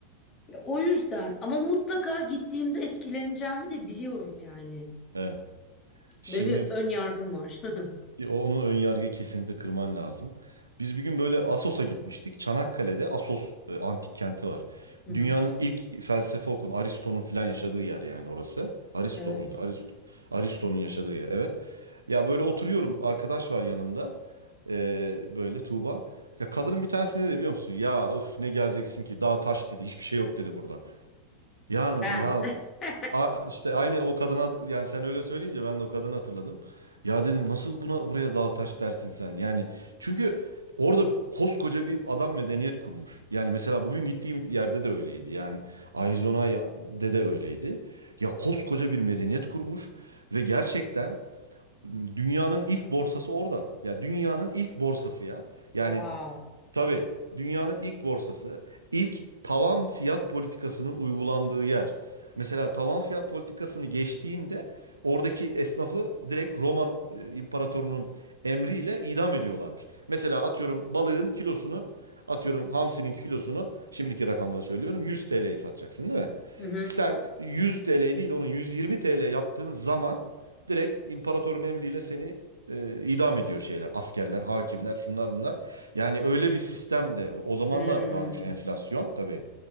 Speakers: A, on the left; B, on the right.
A: Ya o yüzden ama mutlaka gittiğimde etkileneceğimi de biliyorum yani.
B: Evet. Şimdi
A: Böyle bir ön yargım var. <laughs>
B: Bir o- Onun ön yargıyı kesinlikle kırman lazım. Biz bir gün böyle Assos'a gitmiştik. Çanakkale'de Assos e, antik kenti var.
A: Hı hı,
B: Dünyanın ilk felsefe okun Aristo'nun filan yaşadığı yer yani orası. Aristo
A: Evet.
B: muydu? Aristo, Aristo'nun yaşadığı yer evet. Ya böyle oturuyorum arkadaş var yanımda. Ee, böyle Tuğba. Ya kadının bir tanesi ne dedi biliyor musun? Ya öf ne geleceksin ki dağ taş dedi hiçbir şey yok dedi burada. Yani
A: Ben.
B: ya
A: <laughs>
B: A- işte aynı o kadına yani sen öyle söyleyince ben de o kadını hatırladım. Ya dedim nasıl buna buraya dağ taş dersin sen? Yani çünkü orada koskoca bir adam medeniyet kurmuş. Yani mesela bugün gittiğim yerde de öyleydi. Yani Arizona'da de öyleydi. Ya koskoca bir medeniyet kurmuş ve gerçekten dünyanın ilk borsası orada. Ya dünyanın ilk borsası ya. Yani
A: Wow.
B: Tabii. Dünyanın ilk borsası, ilk tavan fiyat politikasının uygulandığı yer. Mesela tavan fiyat politikasını geçtiğinde oradaki esnafı direkt Roma e, imparatorunun emriyle idam ediyorlarmış. Mesela atıyorum balığın kilosunu, atıyorum hamsinin kilosunu şimdiki rakamları söylüyorum 100 TL'ye satacaksın değil mi?
A: Hı hı.
B: Sen 100 TL değil de onu 120 TL yaptığın zaman Direkt imparatorun emriyle seni e, idam ediyor şeyler. Askerler, hakimler, şunlar bunlar. Yani öyle bir sistem de o zaman
A: Hmm.
B: da varmış enflasyon tabii.